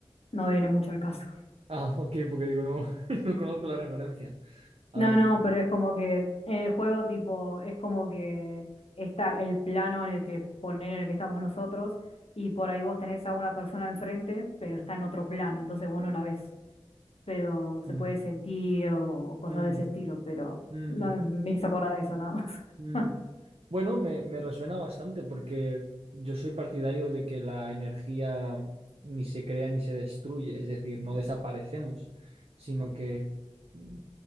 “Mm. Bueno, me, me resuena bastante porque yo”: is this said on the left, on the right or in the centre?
Right